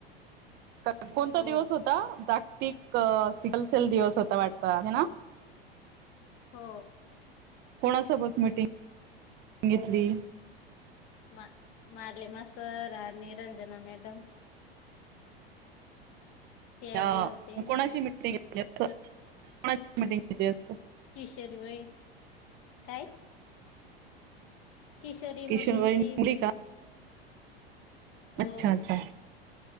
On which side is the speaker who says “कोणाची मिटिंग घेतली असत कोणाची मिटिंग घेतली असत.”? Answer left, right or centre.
Right